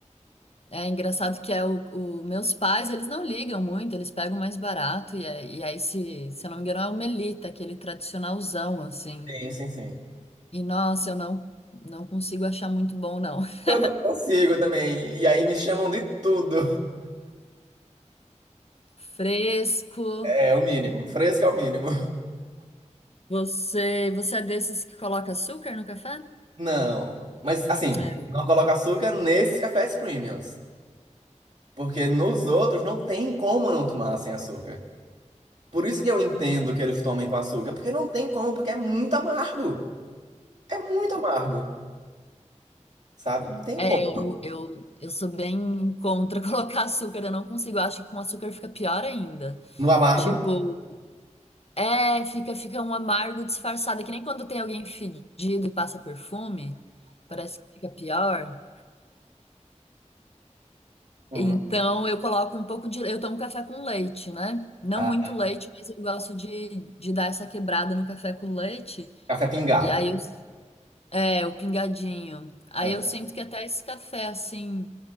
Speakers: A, on the left; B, on the right.
A: É engraçado que é o, o- meus pais, eles não ligam muito, eles pegam mais barato e, é- e aí se, se eu não me engano é o Melita, aquele tradicionalzão assim.
B: Sim, sim, sim.
A: E nossa, eu não não consigo achar muito bom não. <laughs>
B: Eu não consigo também. E aí me chamam de tudo.
A: Fresco.
B: É o mínimo. Fresco é o mínimo.
A: Você, você é desses que coloca açúcar no café?
B: Não. Mas assim,
A: É,
B: não coloco açúcar nesses cafés premiums. Porque nos outros não tem como não tomar sem açúcar. Por isso que eu entendo que eles tomem com açúcar. Porque não tem como, porque é muito amargo. É muito amargo. Sabe? Não tem
A: É,
B: como.
A: eu, eu, eu sou bem contra <laughs> colocar açúcar, eu não consigo. Eu acho que com açúcar fica pior ainda.
B: No amargo,
A: Tipo, é, fica, fica um amargo disfarçado, é que nem quando tem alguém fedido e passa perfume, parece que fica pior.
B: hum,
A: Então eu coloco um pouco de. Eu tomo café com leite, né? Não
B: tá.
A: muito leite, mas eu gosto de, de dar essa quebrada no café com leite.
B: Café pingado.
A: E aí eu. É, o pingadinho. Aí
B: É.
A: eu sinto que até esse café, assim.